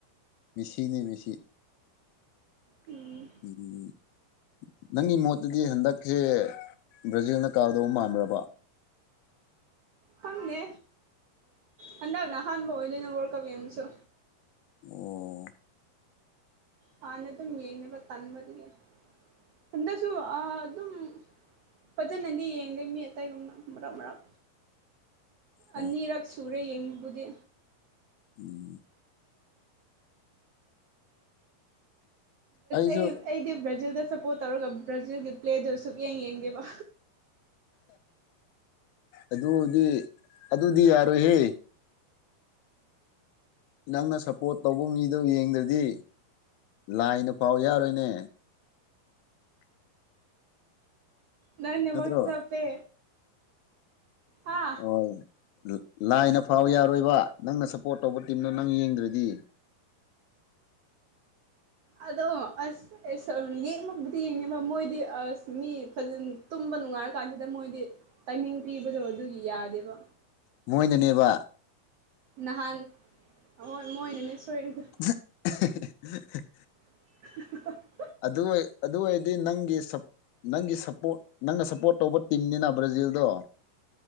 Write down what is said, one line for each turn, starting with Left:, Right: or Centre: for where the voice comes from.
Left: ꯃꯦꯁꯤꯅꯦ ꯃꯦꯁꯤ
Right: ꯎꯝ
Left: ꯎꯝ ꯅꯪꯒꯤ ꯃꯣꯠꯇꯗꯤ ꯍꯟꯗꯛꯁꯦ ꯕ꯭ꯔꯥꯖꯤꯜꯅ ꯀꯥꯗꯧꯕ ꯃꯥꯟꯕ꯭ꯔꯕꯥ
Right: ꯈꯪꯗꯦ ꯍꯟꯗꯛꯅ ꯑꯍꯥꯟꯕ ꯑꯣꯏꯗꯣꯏꯅꯦ ꯋꯥꯔꯜ ꯀꯥꯞ ꯌꯦꯡꯕꯁꯨ
Left: ꯑꯣ
Right: ꯍꯥꯟꯅ ꯑꯗꯨꯝ ꯌꯦꯡꯗꯦꯕ ꯇꯟꯕꯗꯨꯒꯤ ꯍꯟꯗꯛꯁꯨ ꯑꯗꯨꯝ ꯐꯖꯅꯗꯤ ꯌꯦꯡꯗꯦ ꯃꯤ ꯑꯇꯩꯒꯨꯝꯅ ꯃꯔꯛ ꯃꯔꯛ
Left: ꯑꯣ
Right: ꯑꯅꯤꯔꯛ ꯁꯨ ꯁꯧꯔꯦ ꯌꯦꯡꯕꯨꯗꯤ
Left: ꯎꯝ ꯑꯩꯁꯨ
Right: ꯑꯩ ꯑꯩꯗꯤ ꯕ꯭ꯔꯥꯖꯤꯜꯗ ꯁꯞꯄꯣꯔꯠ ꯇꯧꯔꯒ ꯕ꯭ꯔꯥꯖꯤꯜꯒꯤ ꯄ꯭ꯂꯦꯗꯨ ꯁꯨꯛꯌꯦꯡ ꯌꯦꯡꯗꯦꯕ
Left: ꯑꯗꯨꯗꯤ ꯑꯗꯨꯗꯤ ꯌꯥꯔꯣꯏꯍꯦ ꯅꯪꯅ ꯁꯞꯄꯣꯔꯠ ꯇꯧꯕ ꯃꯤꯗꯣ ꯌꯦꯡꯗ꯭ꯔꯗꯤ ꯂꯥꯏꯅꯐꯥꯎ ꯌꯥꯔꯣꯏꯅꯦ
Right: ꯅꯪ ꯅꯦꯠꯋꯤꯛ
Left: ꯅꯠꯇ꯭ꯔꯣ
Right: ꯆꯞꯄꯦ ꯍꯥ
Left: ꯍꯣꯏ ꯂꯥꯏꯅ ꯐꯥꯎ ꯌꯥꯔꯣꯏꯕ ꯅꯪꯅ ꯁꯞꯄꯣꯔꯠ ꯇꯧꯕ ꯇꯤꯝꯗꯣ ꯅꯪ ꯌꯦꯡꯗ꯭ꯔꯗꯤ
Right: ꯑꯗꯣ ꯑꯁ ꯏꯁ ꯑꯥ ꯌꯦꯡꯕꯕꯨꯗꯤ ꯌꯦꯡꯉꯦꯕ ꯃꯣꯏꯗꯤ ꯑꯁ ꯃꯤ ꯐꯖꯅ ꯇꯨꯝꯕ ꯅꯨꯡꯉꯥꯏꯔ ꯀꯥꯟꯁꯤꯗ ꯃꯣꯏꯗꯤ ꯇꯥꯏꯃꯤꯡ ꯄꯤꯕꯗꯣ ꯑꯗꯨꯒꯤ ꯌꯥꯗꯦꯕ
Left: ꯃꯣꯏꯅꯅꯦꯕ
Right: ꯅꯍꯥꯟ ꯍꯣꯏ ꯃꯣꯏꯅꯅꯦ ꯁꯣꯏꯔꯤꯗꯣ
Left: <unintelligible>
Right: <unintelligible>
Left: ꯑꯗꯨ ꯑꯣꯏ ꯑꯗꯨ ꯑꯣꯏ ꯗꯤ ꯅꯪꯒꯤ ꯁꯞ ꯅꯪꯒꯤ ꯁꯞꯄꯣꯔꯠ ꯅꯪꯅ ꯁꯞꯄꯣꯔꯠ ꯇꯧꯕ ꯇꯤꯝꯅꯤꯅ ꯕ꯭ꯔꯥꯖꯤꯜꯗꯣ